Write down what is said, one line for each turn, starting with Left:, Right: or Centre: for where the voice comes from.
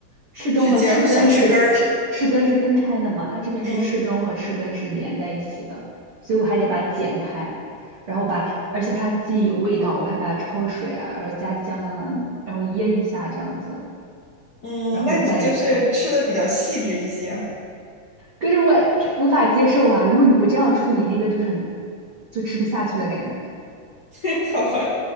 Right: 翅中和翅根是翅翅根是分开的嘛，
Left: 去尖儿、小翅根儿。
Right: 它这边是翅中和翅根是连在一起的，
Left: 嗯
Right: 所以我还得把它剪开，然后把，而且它的鸡有味道，我还把它焯水啊，然后加姜啊，然后腌一下这样子，
Left: 嗯，
Right: 然后再做。
Left: 那你就是吃的比较细致一些，
Right: 可是我这无法接受啊！如果你不这样处理，那个就是很就吃不下去的感觉。
Left: <laughs> 好吧？